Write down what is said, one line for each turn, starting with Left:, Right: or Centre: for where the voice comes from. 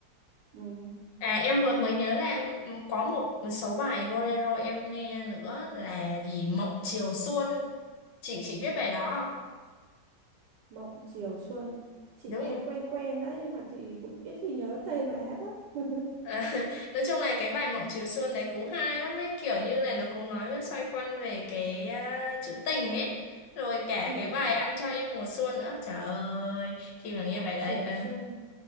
Right: ừ.
Left: À em mới mới nhớ là em ừ, có một số bài bolero em nghe nữa là gì Mộng Chiều Xuân. Chị chị biết bài đó
Right: Mộng Chiều Xuân chị
Left: đúng
Right: nghe
Left: rồi.
Right: quen quen đấy nhưng mà chị cũng ít khi nhớ tên bài hát lắm <laughs>
Left: À, <laughs> nói chung là cái bài Mộng Chiều Xuân đấy cũng hay lắm ấy kiểu như này nó cũng nói với xoay quanh về cái à, chữ tình ấy rồi cả
Right: Ừ.
Left: cái bài Ăn cho em mùa xuân nữa trời ơi khi mà nghe
Right: Mộng
Left: bài
Right: Chiều
Left: đấy à,
Right: Xuân